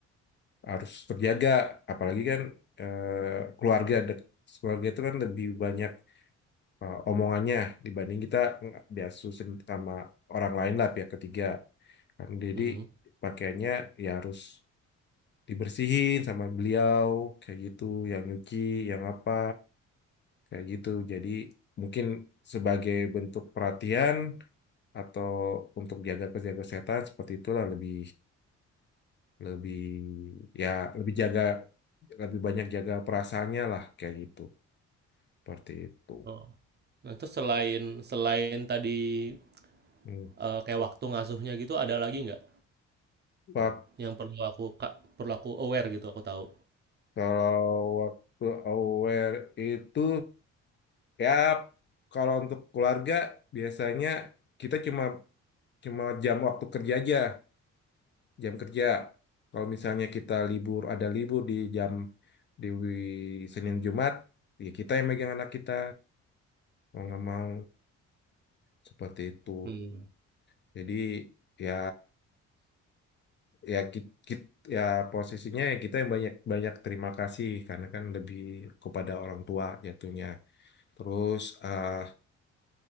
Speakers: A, on the left (about 40°); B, on the right (about 35°).
A: harus terjaga apalagi kan eh, keluarga dek- keluarga itu kan lebih banyak eh, omongannya dibanding kita biasus sama orang lain lah pihak ketiga kan jadi
B: hmm,
A: pakaiannya ya harus dibersihin sama beliau kayak gitu yang nyuci yang apa kayak gitu jadi mungkin sebagai bentuk perhatian atau untuk jaga jaga kesehatan seperti itulah lebih lebih ya lebih jaga lebih banyak jaga perasaannya lah kayak gitu seperti itu
B: oh. Nah, terus selain selain tadi
A: Hmm.
B: eh, kayak waktu ngasuhnya gitu, ada lagi nggak
A: Pak
B: yang perlu aku kak perlu aku aware gitu, aku tahu.
A: Kalau waktu aware itu ya kalau untuk keluarga biasanya kita cuma cuma jam waktu kerja aja, jam kerja. Kalau misalnya kita libur ada libur di jam di wi- Senin Jumat, ya kita yang megang anak kita mau nggak mau seperti itu.
B: Hmm,
A: Jadi ya ya ki- ki- ya posisinya ya kita yang banyak banyak terima kasih karena kan lebih kepada orang tua jatuhnya. Terus eh,